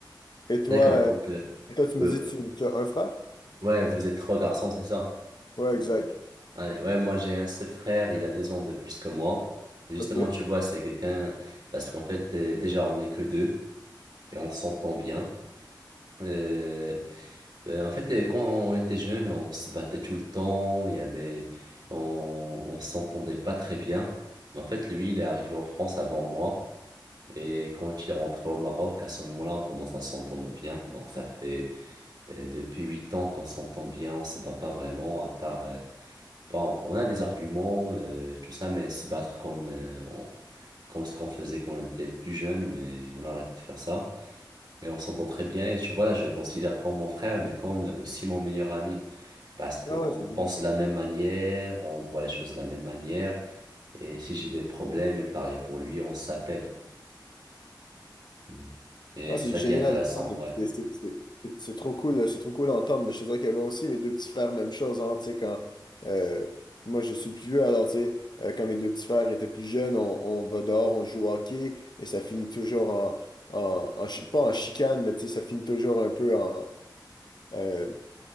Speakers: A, on the left; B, on the right.
A: Et toi,
B: D'accord,
A: euh,
B: donc euh,
A: toi tu me
B: euh,
A: dis, tu, tu as un frère?
B: ouais, vous êtes trois garçons, c'est ça?
A: Ouais, exact.
B: Ouais, ouais, moi j'ai un seul frère, il a deux ans de plus que moi. Justement,
A: OK.
B: tu vois, c'est quelqu'un parce qu'en fait, euh, déjà on n'est que deux et on s'entend bien. Euh, Euh, En fait, euh, quand on était jeune, on se battait tout le temps, il y avait, on, on s'entendait pas très bien. Mais en fait, lui, il est arrivé en France avant moi. Et quand il est rentré au Maroc, à ce moment-là, on commence à s'entendre bien. Donc, ça fait euh, depuis huit ans qu'on s'entend bien, on se bat pas vraiment, à part, euh, bon, on a des arguments, euh, tout ça, mais se battre comme, euh, on- comme ce qu'on faisait quand on était plus jeune, mais on a arrêté de faire ça et on s'entend très bien et tu vois, là, je le considère comme mon frère, mais comme aussi mon meilleur ami. Parce qu'on
A: Ah ouais, c'est bien
B: pense
A: ça.
B: de la même manière, on voit les choses de la même manière. Et si j'ai des problèmes, et pareil pour lui, on s'appelle. Mhm. Et
A: Ah,
B: c'est
A: c'est
B: ça
A: génial.
B: qui est intéressant,
A: Ah,
B: ouais.
A: C'est c'est- c'est- c'est- c'est trop cool, euh, c'est trop cool d'entendre Mais je te dirais que moi aussi, mes deux petits frères, même chose. Hein, tu sais, quand, euh, moi, je suis le plus vieux, alors tu sais, euh, quand mes deux petits frères étaient plus jeunes, on, on va dehors, on joue au hockey et ça finit toujours en, en, en chi- pas en chicane, mais tu sais, ça finit toujours un peu en, euh,